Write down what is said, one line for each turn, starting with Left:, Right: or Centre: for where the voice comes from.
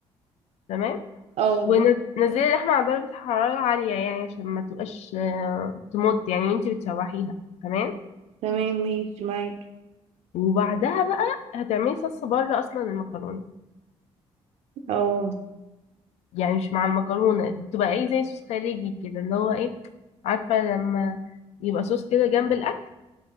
Left: تمام
Right: اه
Left: ونزلي اللحمة على درجة حرارة عالية يعني عشان ما تبقاش آه، تموت يعني وانت بتشوحيها تمام
Right: تمام ماشي معاكي
Left: وبعدها بقى هتعملي صلصة بره اصلا المكرونة
Right: اه
Left: يعني مش مع المكرونة بتبقى ايه زي صوص خارجي كده اللي هو ايه عارفة لما يبقى صوص كده جنب الأكل